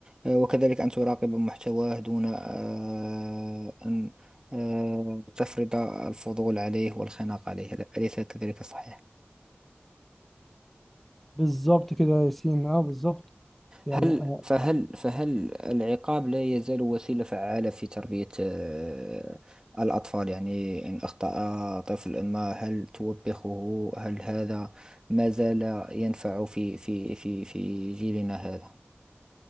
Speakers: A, on the right; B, in the centre.
A: آه، وكذلك أن تراقب محتواه دون آه، أن آه، تفرض الفضول عليه والخناق عليه أليس كذلك صحيح؟
B: بالظبط كده يا ياسين اه بالظبط يعني
A: هل
B: آه،
A: فهل فهل العقاب لا يزال وسيلة فعالة في تربية آه، الأطفال يعني إن أخطأ طفل ما هل توبخه هل هذا ما زال ينفع في في في في جيلنا هذا